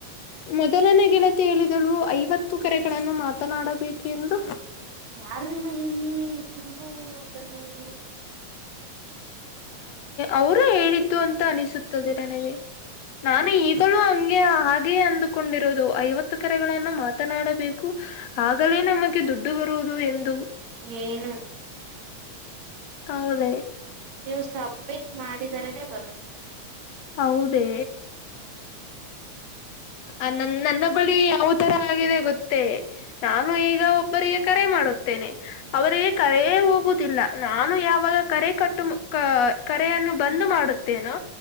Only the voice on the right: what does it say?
ಯಾರು ನಿಮ್ಮ ಸುಳ್ಳು ಅದೆಲ್ಲ ಹೇಳಿದೆ
ಏನು ಇಲ್ಲ
ನೀವು ಸಬ್ಮಿಟ್ ಮಾಡಿದರನೇ ಬರು
ಹಾ